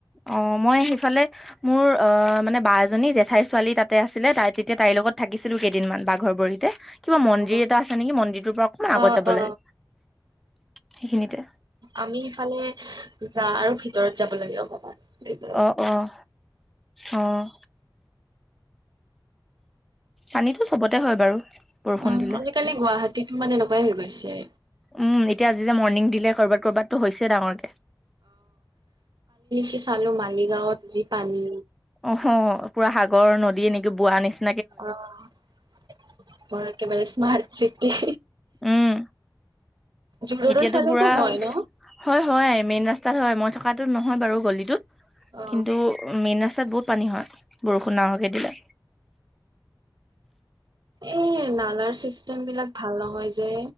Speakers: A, in the centre; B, on the right (about 60°).
A: অ মই সেইফালে মোৰ অ মানে বা এজনী জেঠাইৰ ছোৱালী তাতে আছিলে তাই তেতিয়া তাইৰ লগত থাকিছিলো কেইদিনমান বাঘৰ বৰিতে কিবা মন্দিৰ
B: অ
A: এটা আছে নেকি মন্দিৰটোৰ পৰা অকণমান আগত
B: অ
A: যাব
B: অ
A: লাগে সেইখিনিতে
B: আমি ইফালে যা আৰু ভিতৰত যাব লাগে অকমান এ <inaudible>
A: অ' অ' অ' পানীটো চবতে হয় বাৰু। বৰষুণ
B: অ
A: দিলে।
B: আজিকালি গুৱাহাটীত মানে এনেকুৱাই হৈ গৈছে।
A: উম, এতিয়া আজি যে মৰ্ণিং দিলে কৰবাত কৰবাত তো হৈছে ডাঙৰকে।
B: কি চালো মালিগাঁৱত যি পানী
A: অ পুৰা সাগৰ নদী এনেকে বোৱা নিচিনা।
B: অৰ একেবাৰে স্মাৰ্ট চিটি।
A: উম,
B: জোৰডৰ
A: এতিয়াতো
B: ফালেওতো
A: বুঢ়া
B: হয় ন
A: হয় হয় মেইন ৰাস তাত হয় মই থকাটো নহয় বাৰু গলিটোত,
B: অ
A: কিন্তু মেইন ৰাস্তাত বহুত পানী হয়, বৰষুণ নাহকৈ দিলে।
B: এই নালাৰ চি চিষ্টেমবিলাক ভাল নহয় যে,